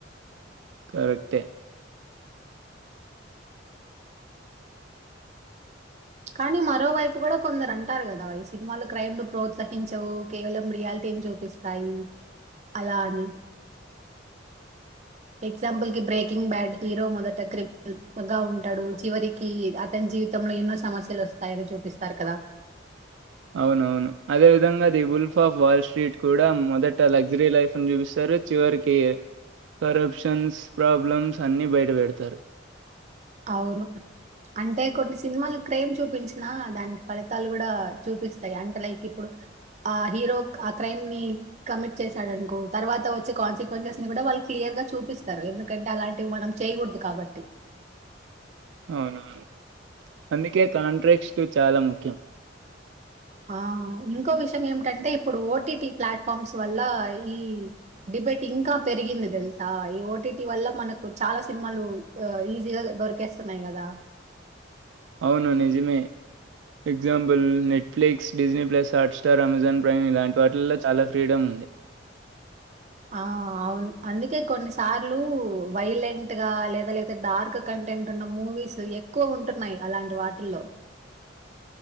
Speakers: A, on the right; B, on the right.
A: కరక్టే
B: కానీ మరోవైపు గూడ కొందరంటారు కదా ఈ సిన్మాలు క్రైమ్ ను ప్రోత్సహించవు కేవలం రియాల్టీ నీ చూపిస్తాయి అలా అని ఎగ్జాంపుల్ కి బ్రేకింగ్ బ్యాడ్ హీరో మొదట క్రిమ్నల్ గా ఉంటాడు చివరికి అతన్ జీవితంలో ఎన్నో సమస్యలు వస్తాయని చూపిస్తారు కదా
A: అవునవును అదే విధంగ the wolf of wall street కూడా మొదట లగ్జరీ లైఫ్ని చూపిస్తారు చివరికి కరప్షన్స్ ప్రాబ్లమ్స్ అన్ని బయట వెడుతారు
B: అవును అంటే కొన్ని సిన్మాలు క్రైమ్ చూపించినా దానికి ఫలితాలు కూడా చూపిస్తయి అంటే లైక్ ఇప్పుడు ఆ హీరో ఆ క్రైమ్ ని కమిట్ చేశాడన్కో తర్వాత వచ్చే కాన్సిక్వెన్సెస్ ని కూడా వాళ్ళు క్లియర్ గా చూపిస్తారు ఎందుకంటే అలాంటివి మనం చేయకూడదు కాబట్టి
A: అవునవును అందుకే కాంట్రెక్స్ట్ చాలా ముఖ్యం
B: ఆ ఇంకో విషయం ఏమిటంటే ఇప్పుడు ఓటిటి ప్లాట్ఫార్మ్స్ వల్ల ఈ డిబేట్ ఇంకా పెరిగింది తెల్సా ఈ ఓటీటి వల్ల మనకు చాలా సిన్మాలు ఈజీగా దొరికేస్తున్నాయి కదా
A: అవును నిజమే example Netflix Disney plus Hotstar Amazon Prime ఇలాంటి వాటిల్లో చాలా ఫ్రీడం ఉంది
B: ఆ అవును అందుకే కొన్నిసార్లు వైలెంట్ గా లేదా లేదా డార్క్ కంటెంట్ ఉన్న మూవీస్ ఎక్కువ ఉంటున్నాయ్ అలాంటి వాటిల్లో